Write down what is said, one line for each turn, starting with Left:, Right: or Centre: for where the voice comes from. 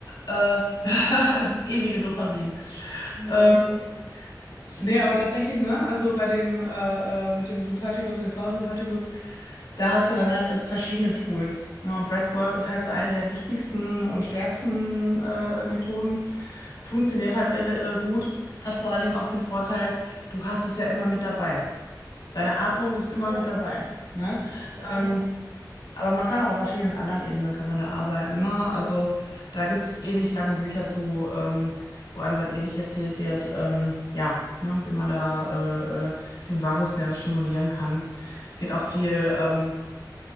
Left: Äh, <laughs> das ewige Dopamin.
Right: Ja,
Left: Ähm,
Right: ja. Und,
Left: Nee, aber tatsächlich, ne? Also bei dem, äh, äh, mit dem Sympathikus und dem Parasympathikus, da hast du dann halt ganz verschiedene Tools. Ne? Und Breathwork ist halt so eine der wichtigsten und stärksten äh, Methoden. Funktioniert halt irre, irre gut. Hat vor allen Dingen auch den Vorteil, du hast es ja immer mit dabei. Deine Atmung ist immer
Right: ja,
Left: mit dabei.
Right: ja.
Left: Ne?
Right: Ja, kann man immer
Left: Ähm,
Right: machen.
Left: aber man kann auch auf verschiedenen anderen Ebenen kann man da arbeiten, ne? Also da gibt's ewig lange Bücher zu, ähm, wo einem dann ewig erzählt wird, ähm, ja, ne, wie man da äh, äh, den Vagusnerv stimulieren kann. Es geht auch viel, ähm,